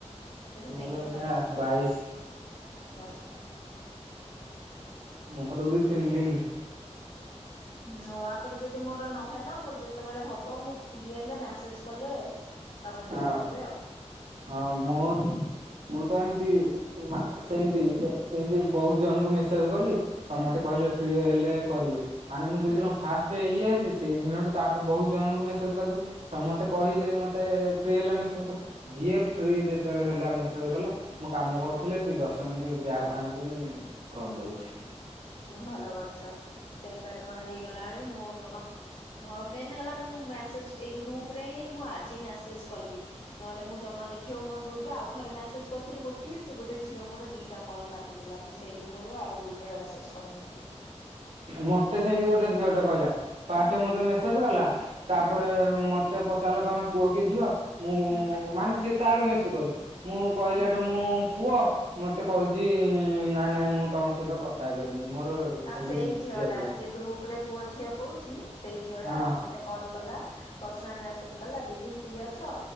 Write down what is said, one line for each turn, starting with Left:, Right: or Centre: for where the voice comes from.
Left: ଆଛା
Right: ମୋର
Left: ସେଇ କଥାଟା
Right: ଏଇଟା
Left: କହିବି।
Right: ବାଇଶ
Left: ଆଛା ହୁଁ।
Right: ମୋହର ବି ତିନି ଦିନି।
Left: ନୂଆ ଆପରେ ଯଦି ମୋର ନହେଲା ମୋର ଯେତେବେଳେ ହବ ମୁଁ ଫ୍ରି ହେଲେ ମେସେଜ କଲେ ଆପଣ ଟିକେ
Right: ହଁ
Left: ଉଠାଇବେ ଆଉ।
Right: ହଁ ମୁଁ ମୁଁ
Left: ହୁଁ
Right: ତ ଏମିତି। ସେମତି ସେମତି ବହୁତ ଜଣଙ୍କୁ ମେସେଜ କଲି।
Left: ହୁଁ
Right: ସମସ୍ତେ କହିଲେ ଫ୍ରି ହେଲେ କରିବେ ମାନେ ମୁଁ ଯୋଉଦିନ
Left: ହୁଁ
Right: ଫାଷ୍ଟ ଇଏ ହେ ସେଇ ଦିନଠୁ ତାପରେ ବହୁତ ଜଣଙ୍କୁ ମେସେଜ କରିଦେଲି ସମସ୍ତେ
Left: ହୁଁ
Right: କହିଲେ ମତେ ତେ ଫ୍ରି ହେଲେ ମେସେଜ କରିବେ ଯିଏ
Left: ହୁଁ
Right: ଫ୍ରି ଯେତେବେଳେ ହେଲାେ ସେ କଲା ମୁଁ କାମ କରୁଥିଲି ଦଶ ମିନିଟ୍ ଗ୍ୟାପ ଆଣିକିନି କରିଦଉଛି।
Left: ଭଲ କରିଛ ସେଇଥିପାଇଁ ତୁମର ହେଇଗଲାଣି ମୁଁ ଜମା ମୁଁ ଆଉ ମେନ୍ ହେଲା ମୁଁ ମେସେଜ ଏଇ ଗ୍ରୁପରେ ହିଁ ମୁଁ ଆଜି ମସେଜ କଲି ନହେଲେ ମୁଁ ଜମା- ଦେଖିବ ମୋ ଗ୍ରୁପରେ ଆଉ ଥରେ ମେସେଜ କରିଥିଲି ଗୋଟିଏ ସେ ଗୋଟେ ଝିଅ ମୋର ଦିଟା କଲ୍ କାଟିଦେଲା ମୁଁ ସେଇ ଦିନରୁ ଆଉ ଗ୍ରୁପରେ ମେସେଜ କରିନଥିଲି।
Right: ମତେ ସେମିତି ଗୋଟେ ଝିଅ ଟେ କହିଲା। ପାଷ୍ଟେ
Left: ହୁଁ
Right: ମତେ ମେସେଜ କଲା ତାପରେ
Left: ହୁଁ
Right: ମତେ ପଚାରିଲା ତମେ ପୁଅ କି ଝିଅ ମୁଁ
Left: ହୁଁ
Right: ମାନେ ସିଏ ତା ଆଡୁ ମେସେଜ କରୁଚି। ମୁଁ କହିଲାଠୁ
Left: ହୁଁ।
Right: ମୁଁ ପୁଅ ମତେ କୋହୁଚି ନାଇଁ ନାଇଁ ମୁଁ ତମ ସହିତ କଥା ହେଇପାରିବିନି ମୋର
Left: ହଁ
Right: ଖାଲି
Left: ସେଇ ଝିଅ ଟା
Right: ପିଲା
Left: ଯିଏ ଗ୍ରୁପ ରେ ପୁଅ ଝିଅ କୋହୁଚି ସେଇ ଝିଅ ଟା
Right: ହଁ
Left: ମତେ କଲ କଲା। ପର୍ସିନାଲ ମେସେଜ କଲା ଦିଦି ଫ୍ରି ଅଛ